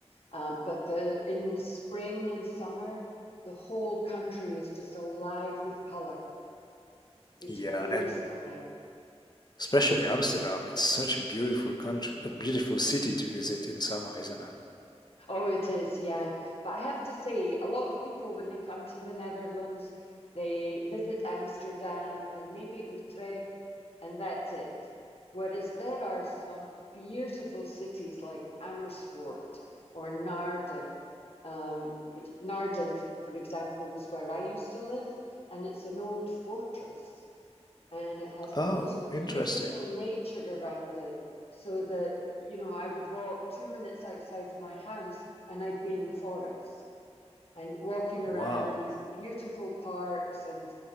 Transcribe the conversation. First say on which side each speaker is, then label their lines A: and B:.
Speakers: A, on the left (about 60°); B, on the left (about 40°).
A: Um, but the in the spring and summer, the whole country is just alive with color. It's
B: Yeah,
A: really
B: and
A: stunning.
B: especially Amsterdam. It's such a beautiful country, a beautiful city to visit in summer, isn't it?
A: Oh, it is, yeah. But I have to say, a lot of people, when they come to the Netherlands, they visit Amsterdam and maybe Utrecht, and that's it. Whereas there are some beautiful cities like Amersfoort or Naarden, um, which Naarden, for example, was where I used to live, and it's an old fortress and it has
B: Oh,
A: the most beautiful
B: interesting.
A: nature around it so that you know i would walk two minutes outside of my house and i'd be in the forest and walking
B: Wow.
A: around these beautiful parks and